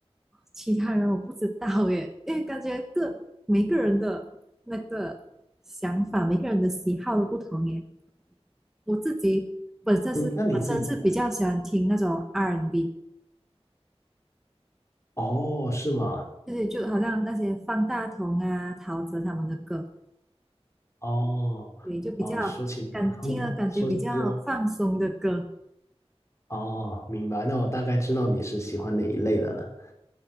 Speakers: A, in the centre; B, on the left.
A: 其他人我不知道耶，因为感觉各每个人的那个想法，每个人的喜好都不同耶。我自己本身是本身是比较喜欢听那种
B: 嗯，那你自己呢？
A: R&B，
B: 哦，是吗？
A: 就是就好像那些方大同啊、陶喆他们的歌，
B: 哦，
A: 对，就比较感听了感觉比较放松的歌。
B: 哦，说起那个韩国，说起那个，哦，明白，那我大概知道你是喜欢哪一类的了。